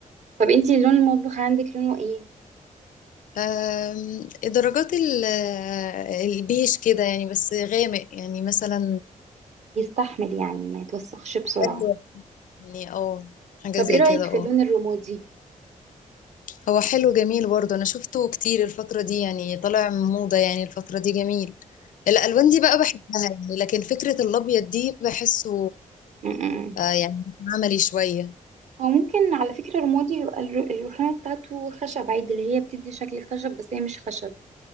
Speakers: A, on the right; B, on the left.
A: طب انتي لون المطبخ عندك لونه ايه
B: أم، درجات ال- البيش كده يعني بس غامق يعني مثلا
A: يستحمل يعني ما يتوسخش بسرعه
B: أيوة. يعني اه حاجة
A: طب
B: زي
A: ايه رايك
B: كده اه
A: في اللون الرمادي
B: هو حلو جميل برضه انا شفته كتير الفترة دي يعني طالع موضة يعني الفترة دي جميل الالوان دي بقى بحبها يعني لكن فكرة الابيض دي بحسه
A: مم.
B: آه، يعني عملي شوية
A: هو ممكن على فكرة رمادي يبقى الر- الرخامة بتاعته خشب عادي اللي هي بتدي شكل الخشب بس هي مش خشب